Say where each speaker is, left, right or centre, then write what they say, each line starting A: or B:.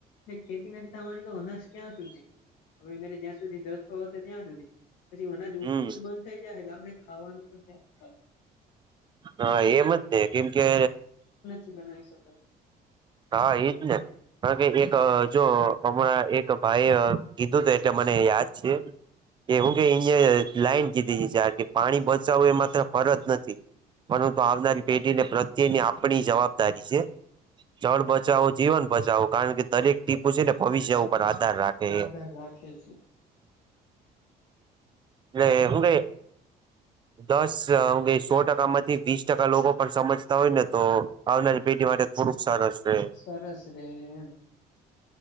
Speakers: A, on the left; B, on the right.
A: ને ખેતી નથી થવાની, તો અનાજ ક્યાં સુધી? હવે ઈ મેળે જ્યાંર સુધી જથ્થો હશે ત્યાં સુધી. પછી અનાજ ઊગતું
B: હમ
A: જ બંધ થઈ જાહે, તો આપણે ખાવાનું પણ ક્યાંથી
B: હા. એમ જ તે. કેમ કે
A: થી બનાવી શકાય.
B: હા, ઈ જ ને. કારણ કે, એક જો હમણાં એક ભાઈએ કીધું તું, એટલે મને યાદ છે. કે હું કેઈ એને લાઈન દીધી હશે આખી. પાણી બચાવો એ માત્ર ફરજ નથી. પરંતુ આવનારી પેઢીને, પ્રત્યેની આપણી જવાબદારી છે. જળ બચાવો, જીવન બચાવો. કારણ કે, દરેક ટીપું છે ને ભવિષ્ય ઉપ પર આધાર રાખે
A: માધર
B: હે.
A: રાખે છે
B: એટલે હુ કેઈ
A: <inaudible>
B: દસ હુ કેઈ, સો ટકા માંથી વીસ ટકા લોકો પણ સમજતા હોય ને તો આવનારી પેઢી માટે થોડુંક સરસ રહે.
A: સરસ રહે એમ.